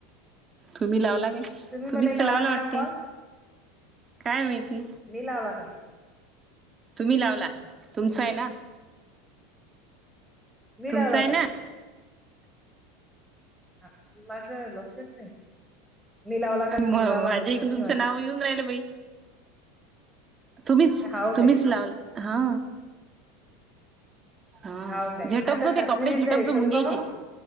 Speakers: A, on the right; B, in the centre.
A: तुम्ही लावला काय?
B: तुम्ही मला
A: तुम्हीच
B: लावला
A: तर लावलं
B: ना
A: वाटते
B: हा कॉल?
A: काय माहिती.
B: मी लावला काय?
A: तुम्ही लावला तुमचा आहे ना?
B: मी लावला
A: तुमचं आहे ना
B: काय? हा कुणाचं लक्षच नाही. मी लावला का तुम्ही
A: म
B: लावला
A: माझ्या
B: लक्षच
A: इकूण
B: नाही
A: तुमचं
B: माझं
A: नाव येऊन राहिलं बाई. तुम्हीच
B: हाव
A: तुम्हीच
B: काय
A: लावल हा. हा
B: हाव काय
A: झटकजो
B: आता सात
A: ते कपडे
B: मिनिट
A: झटकजो
B: झाले ठेवू
A: मुंग्यायचे.
B: का मग